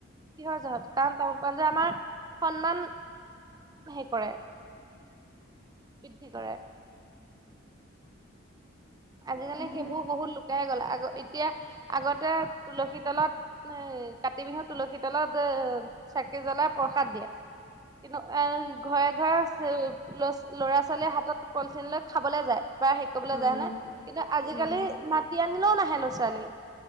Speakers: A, on the right; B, in the centre.
A: কিহৰ যহত, কাৰণ তামোল পাণ যে আমাৰ সন্মান হেৰি কৰে, বৃদ্ধি কৰে। আজিকালি
B: তাকে
A: সেইবোৰ বহুত লুকাই গ'ল, আগ-এতিয়া আগতে তুলসী তলত, এ কাতি বিহু তুলসী তলত চাকি জ্বলাই প্র সাদ দিয়ে, কিন্তু এ ঘৰে ঘৰে ল'ৰ-ল'ৰা ছোৱালীয়ে হাতত পলঠিন খাবলৈ যায় বা হেৰি কৰিবলৈ
B: উম
A: যায় হয়নে, কিন্তু আজিকালি
B: উম
A: মাতি আনিলেও নাহে ল'ৰা ছোৱালী।